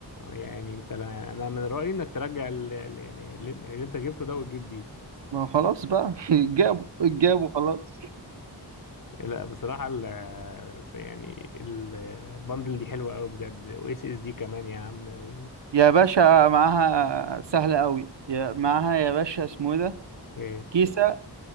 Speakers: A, on the left; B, on the right.
A: يعني انت لا انا من رايي انك ترجع ال- ال- يعني اللي اللي انت جبته ده وتجيب دي
B: ما هو خلاص بقى <laughs> جابوا جابوا خلاص
A: لا بصراحة ال يعني البندل دي حلوة أوي بجد و اس اس دي كمان يا عم و
B: يا باشا معاها سهله قوي يا معاها يا باشا اسمه ايه ده
A: إيه،
B: كيسه